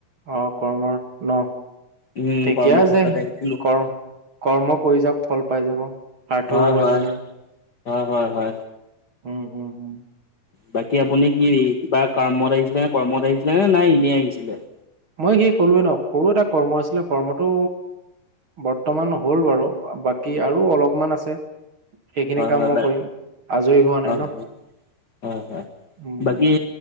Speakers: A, on the right; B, on the left.
A: অ' কৰ্মৰ ন'
B: উম
A: ঠিকে
B: কৰ্মক্ষেত্ৰত
A: আছে
B: আহিছিলো
A: কৰ্ম কৰ্ম কৰি যাওক ফল পাই যাব, সাৰ্থক
B: হয়
A: হব
B: হয়
A: এদিন।
B: হয়- হয়- হয়।
A: উম হুম - হুম।
B: বাকী আপুনি কি কিবা কৰ্মত আহিছিলে? কৰ্মত আহিছিলে নে নাই এনেই আহিছিলে?
A: মই সেই ক'লোৱে ন' সৰু এটা কৰ্ম আছিলে কৰ্মটো বৰ্তমান হ'ল বাৰু বাকী আৰু অলপমান আছে। সেইখিনি
B: হয়
A: কাম
B: হয়
A: মই
B: বাই
A: কৰিম আজৰি হোৱা
B: হয়
A: নাই ন'
B: হয় হয়,
A: উম
B: বাকী
A: উম।